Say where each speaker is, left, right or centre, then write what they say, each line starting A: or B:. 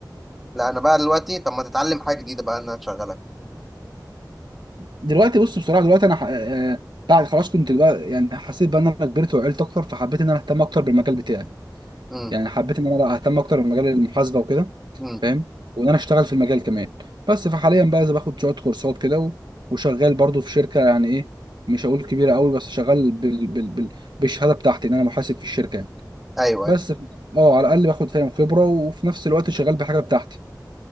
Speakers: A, in the centre; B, on the right (about 85°).
A: لا انا بقى دلوقتي طب ما تتعلم حاجه جديده بقى ان انا اشغلك
B: دلوقتي بص بصراحه دلوقتي انا ح- آه، بعد خلاص كنت بقى يعني حسيت بقى ان انا كبرت وعقلت اكتر فحبيت ان انا اهتم اكتر بالمجال بتاعي
A: امم
B: يعني حبيت ان انا لا اهتم اكتر بمجال المحاسبه وكده
A: امم
B: فاهم وان انا اشتغل في المجال كمان بس فحاليا بقى زي باخد شويه كورسات كده و- وشغال برضو في شركه يعني ايه مش هقول كبيره قوي بس شغال بال... بال... بال... بالشهاده بتاعتي ان انا محاسب في الشركه يعني
A: ايوه
B: بس
A: ايوه
B: ف- اه على الاقل باخد فاهم خبره وفي نفس الوقت شغال بحاجه بتاعتي